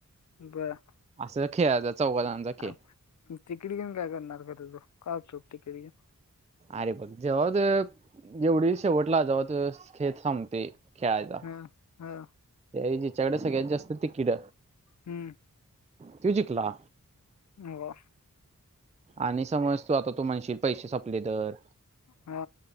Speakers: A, on the left; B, on the right.
A: बर.
B: असं खेळायचा चौघा जणांचा खेळ
A: तिकीट घेऊन काय करणार खरं, तू काय करणार तिकीट घेऊन?
B: अरे बघ जेव्हा ज जेवढी शेवटला जेवळ त खेत थांबते. क्यायदा
A: हा हा
B: ज्याच्याकडे सगळ्यात जास्त तिकीट
A: हम्म.
B: त्यो जिकला.
A: हो.
B: आणि समज तू आता तू माणशील पैसे संपले तर
A: हा.